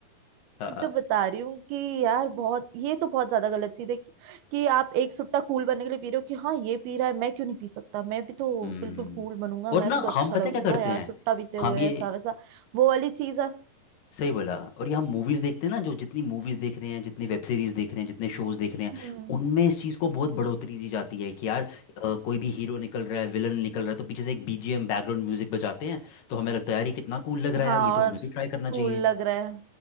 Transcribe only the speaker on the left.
हाँ,
हम्म
और ना
हम पता
है क्या करते
हैं
हम ये
सही बोला और ये हम मूवीज देखते हैं ना जो जितनी मूवीज देख रहे हैं जितनी वेब सीरीज देख रहे हैं जितने शोज देख रहे हैं
उनमें इस चीज को बहुत बढ़ोतरी दी जाती है कि यार अ, कोई भी हीरो निकल रहा है विलन निकल रहा है तो पीछे से एक बीजीएम बैकग्राउंड म्यूजिक बजाते हैं तो हमें लगता है यार ये कितना कूल लग रहा
है यार ये तो
हमें भी ट्राई करना चाहिए